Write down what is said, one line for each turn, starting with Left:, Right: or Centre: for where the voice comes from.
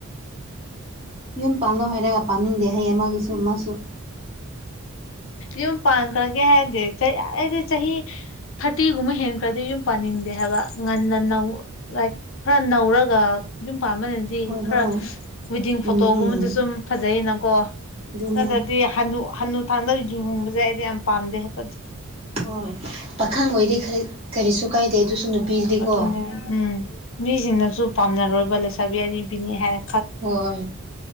Right: ꯌꯨꯝ ꯄꯥꯜꯂ‌ꯣ ꯍꯥꯏꯔꯒ ꯄꯥꯅꯤꯡꯗꯦ ꯍꯥꯏꯌ‌ꯦ ꯃꯒꯤꯁꯨ ꯃꯁꯨ
Left: ꯌꯨꯝ ꯄꯥꯟꯈ꯭ꯔꯒꯦ ꯍꯥꯏꯗ‌ꯦ ꯑꯩꯗꯤ ꯆꯍꯤ ꯊꯥꯔꯇꯤꯒꯨꯝꯕ ꯍꯦꯟꯈ꯭ꯔꯗꯤ ꯌꯨꯝ ꯄꯥꯟꯅꯤꯡꯗꯦ ꯍꯥꯏꯕ ꯉꯟꯅ ꯅꯧ ꯂꯥꯏꯛ ꯈꯔ ꯅꯧꯔꯒ ꯌꯨꯝ ꯄꯥꯟꯕꯅ ꯗꯤ
Right: ꯍꯣꯏ
Left: ꯈꯔ
Right: ꯍꯣꯏ
Left: ꯋꯤꯗꯤꯡ ꯐꯣꯇꯣꯒꯨꯝꯕꯗ
Right: ꯎꯝ ꯎꯝ
Left: ꯁꯨꯝ ꯐꯖꯩꯅꯀꯣ
Right: ꯑꯗꯨꯅꯦ
Left: ꯅꯠꯇꯔ ꯨꯍꯟꯅꯨ ꯍꯟꯅꯨ ꯊꯪꯗ ꯂꯨꯍꯣꯡꯕꯁꯦ ꯑꯩꯗꯤ ꯌꯥꯝ ꯄꯥꯝꯗꯦ ꯍꯥꯏꯕ ꯑꯗꯨꯗ‌ꯣ
Right: ꯍꯣꯏ ꯄꯥꯈꯪ ꯑꯣꯏꯗꯤ ꯀꯔꯤꯁꯨ ꯀꯥꯏꯗꯦ ꯑꯗꯨꯁꯨ ꯅꯨꯄꯤꯗꯤꯀꯣ
Left: ꯑꯗꯨꯅꯦ ꯎꯝ ꯃꯤꯁꯤꯡꯅꯁꯨ ꯄꯥꯝꯅꯔꯣꯏꯕ ꯂꯩꯁꯥꯕꯤ ꯑꯔꯤꯕꯤꯅꯤ ꯍꯥꯏꯔ
Right: ꯍꯣꯏ